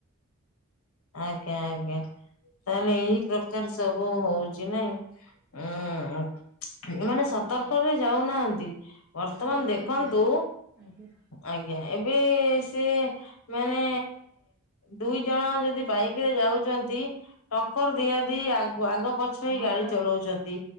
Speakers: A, on the left (about 80°); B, on the right (about 45°).
A: ଆଜ୍ଞା ଆଜ୍ଞା। ତାହେଲେ ଏଇ ପ୍ରକାର ସବୁ ହଉଚି ନାଇଁ ଉଁ। ଏମାନେ ସତର୍କରେ ଯାଉନାହାନ୍ତି। ବର୍ତ୍ତମାନ
B: ବିଲକୁଲ
A: ଦେଖନ୍ତୁ
B: ବି ନାହିଁ ଆଜ୍ଞା
A: ଆଜ୍ଞା ଏବେ ସେ ମାନେ ଦୁଇ ଜଣ ଯଦି ବାଇକ୍‌ ରେ ଯାଉଛନ୍ତି ଟକର ଦିଆଦ ଆଗ ପଛ ହେଇ
B: ହଁ
A: ଗାଡି
B: ପା
A: ଚଲଉଛନ୍ତି।